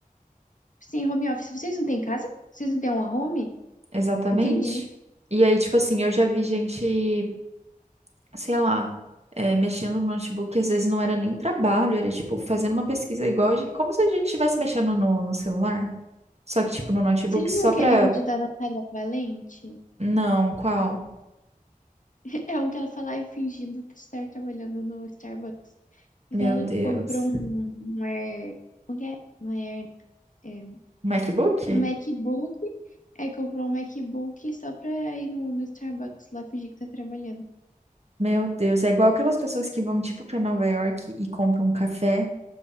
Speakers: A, on the left; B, on the right.
A: Sim, home office. Vocês não têm casa? Vocês não têm uma home?
B: Exatamente.
A: Entendi.
B: E aí, tipo assim, eu já vi gente, sei lá, é, mexendo no notebook, às vezes não era nem trabalho, era tipo fazendo uma pesquisa igual, a gen- como se a gente estivesse mexendo no, no celular, só que tipo no notebook,
A: Você já viu
B: só
A: aquele
B: pra.
A: livro de da Natália Valente?
B: Não, qual?
A: <laughs> É um que ela fala, ai, fingindo estar trabalhando no Starbucks. Então
B: Meu
A: ela
B: Deus.
A: comprou um, um Air. Como que é? Não é Air, é,
B: MacBook?
A: um MacBook. Aí comprou um MacBook só pra ir no, no Starbucks lá fingir que tá trabalhando.
B: Meu Deus, é igual aquelas pessoas que vão tipo pra Nova York e compram um café